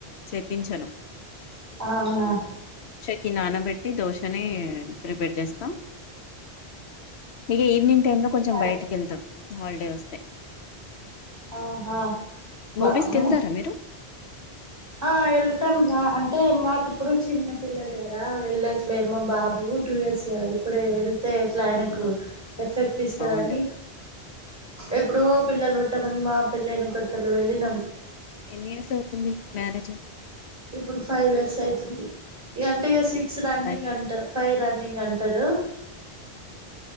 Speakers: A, on the left; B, on the right.
A: చెపించను
B: అవునా
A: కి నానబెట్టి దోశనే ప్రిపేర్ చేస్తా ఇక ఈవినింగ్ టైమ్ లో కొంచెం
B: సరే
A: బయటికి వెళ్తాం హాలిడే వస్తే
B: ఆహా వామ్మో
A: మూవీస్ కెళ్తారా మీరు
B: ఆ వెళ్తాం రా అంటే మాకుప్పుడు చిన్న పిల్లలు కదా వెళ్ళట్లేమో బాబు టూ ఇయర్స్ కాదా ఇప్పుడే ఇట్లా ఆయనకు
A: అవునవును
B: ఎఫెక్ట్ ఇస్తుందిని
A: సౌండ్ అవును
B: ఎప్పుడో పిల్లలు పుట్ట ముంది మా పిల్లైన కొత్తలో వెళ్ళినాం
A: ఎన్ని ఇయర్స్ అవుతుంది మ్యారేజ్ అయ్యే
B: ఇప్పుడు ఫైవ్ ఇయర్స్ అవుతుంది ఇకంటే ఇ సిక్స్ రన్నింగ్
A: ఫైవ్
B: అంట
A: ఇయర్స్.
B: ఫైవ్ రన్నింగ్ అంటారు